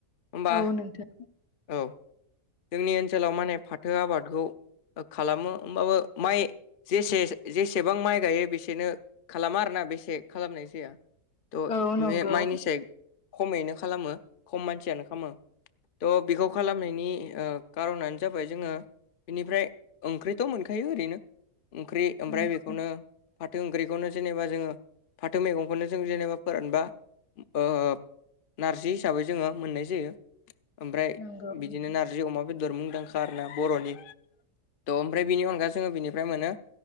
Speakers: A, on the left; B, on the left.
A: ओमबा
B: औ नोंथां
A: औ जोंनि ओनसोलाव माने फाथो आबादखौ खालामो होमबाबो माइ जेसे जेसेबां माइ गायो बेसेनो खालामा आरोना बेसे खालामनाय जाया। थ'
B: औ नंगौ
A: बे माइनिसाय खमैनो खालामो खम मानसियानो खामो। त' बेखौ खालामनायनि ओ कार'नानो जाबाय जोङो बेनिफ्राय ओंख्रिथ' मोनखायो ओरैनो ओंख्रि ओमफ्राय
B: नंगौ
A: बेखौनो फा थो ओंख्रिखौनो जेनेबा जोङो फाथो मैगंखौनो जों जेनेबा फोरानबा ओ नारजि हिसाबै जोङो मोननाय जायो। ओमफ्राय
B: नंगौ
A: बिदिनो
B: नोंथां
A: नारजि अमा बेदर मुंदांखा आरोना बर'नि त' ओमफ्राय बेनि अनगा जोङो बिनिफ्राय मोनो।